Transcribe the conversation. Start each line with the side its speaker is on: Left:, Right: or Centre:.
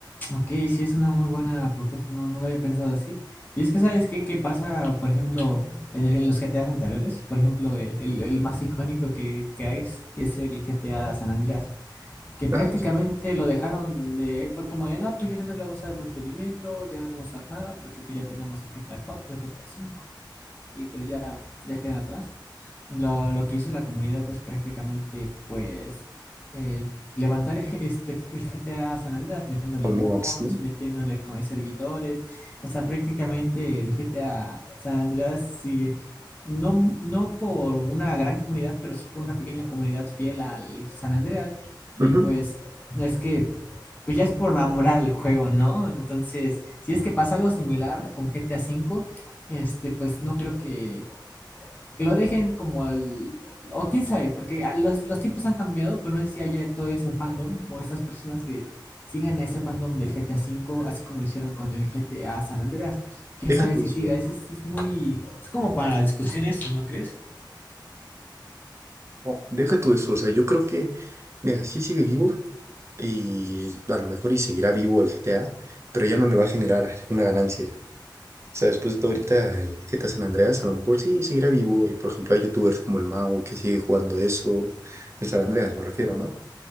Left: Ok, sí, es una muy buena propuesta, no, no lo había pensado así. Y es que, ¿sabes qué, qué pasa, por ejemplo, en, el- en los GTAs anteriores? Por ejemplo, el, el- el más icónico que, que hay es, es el GTA San Andreas, que prácticamente
Right: Ah, sí,
Left: lo dejaron de, fue como de, no, pues ya no le vamos a dar mantenimiento, ya no vamos a dar nada, porque pues ya tenemos el GTA cuatro, el GTA cinco y pues ya, ya quedan atrás. Lo, lo que hizo la comunidad es prácticamente pues eh, levantar <laughs> este GTA San Andreas metiéndole
Right: con
Left: mods,
Right: mods, ¿no?
Left: metiéndole co- servidores, o sea, prácticamente el GTA San Andreas sigue. No, no por una gran comunidad, pero sí por una pequeña comunidad fiel al San Andreas.
Right: Ujú,
Left: Y pues es que pues ya es por amor al juego, ¿no? Entonces, si es que pasa algo similar con GTA V, este, pues no creo que, que lo dejen como el, o quién sabe, porque ah, los, los tiempos han cambiado, pero no sé si haya todo ese fandom o esas personas que sigan ese fandom del GTA V, así como lo hicieron con el GTA San Andreas. Quién
Right: Deja
Left: sabe
Right: tu
Left: si
Right: eso,
Left: siga, es, es, es muy, es como para discusiones, ¿no crees?
Right: no, deja tu eso, o sea, yo creo que, mira, sí sigue vivo y a lo mejor y seguirá vivo el GTA, pero ya no le va a generar una ganancia. O sea, después de todo ahorita el GTA San Andreas, a lo mejor sí seguirá vivo. Y por ejemplo, hay youtubers como el Mao que sigue jugando eso. El San Andreas, me refiero, ¿no?